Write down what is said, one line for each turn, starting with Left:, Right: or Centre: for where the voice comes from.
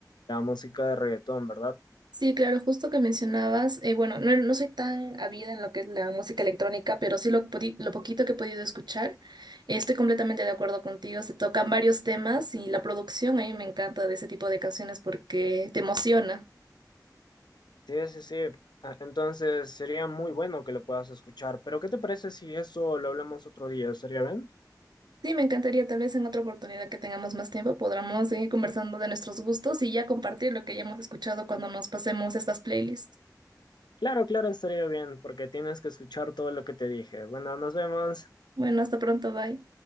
Left: la música de reggaetón, ¿verdad?
Right: Sí, claro, justo que mencionabas, eh, bueno, no, no soy tan avida en lo que es la música electrónica, pero sí lo, podi- lo poquito que he podido escuchar, eh, estoy completamente de acuerdo contigo, se tocan varios temas y la producción a mí me encanta de ese tipo de canciones porque te emociona.
Left: Sí, sí, sí. Ah, Entonces sería muy bueno que lo puedas escuchar, pero ¿qué te parece si eso lo hablamos otro día? ¿Estaría bien?
Right: Sí, me encantaría tal vez en otra oportunidad que tengamos más tiempo podamos seguir conversando de nuestros gustos y ya compartir lo que hayamos escuchado cuando nos pasemos estas playlists.
Left: Claro, claro, estaría bien, porque tienes que escuchar todo lo que te dije. Bueno, nos vemos.
Right: Bueno, hasta pronto, bye.